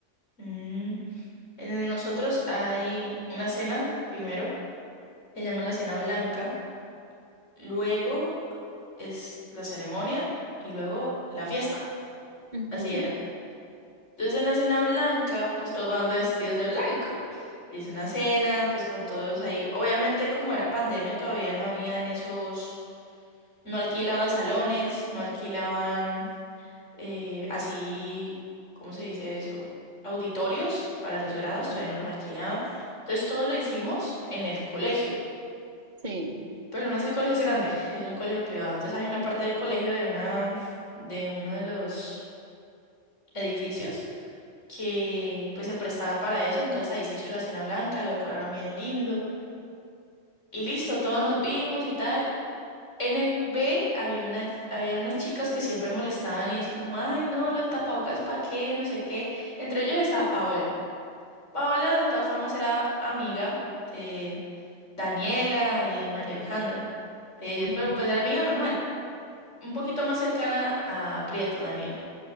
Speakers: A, on the left; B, on the right.
A: Mm, En nosotros hay una cena primero, que llaman la cena blanca. Luego es la ceremonia y luego la fiesta.
B: Ujú.
A: Así era. Entonces en la cena blanca, pues todos van de vestidos de blanco. Y es una cena, pues con todos ahí. Obviamente como era pandemia, todavía no habían esos, no alquilaban salones, no alquilaban eh, así, ¿cómo se dice eso? Auditorios para los grados, todavía
B: Sí.
A: no los alquilaban. Entonces todo lo hicimos en el colegio.
B: Sí.
A: Pero no sé si el colegio es grande, es un colegio privado. Entonces hay una parte del colegio de una, de uno de los edificios que pues se prestaba para eso, entonces ahí se hizo la cena blanca, lo decoraron bien lindo y listo, todos nos vimos y tal. En el B había una, había unas chicas que siempre molestaban y decían como, ay no, los tapabocas para qué, no sé qué. Entre ellos estaba Paola. Paola de todas formas era amiga de Daniela y de María Alejandra, de ellos,
B: Ujú,
A: pero pues era amiga normal, un poquito más cercana a Prieto, Daniela.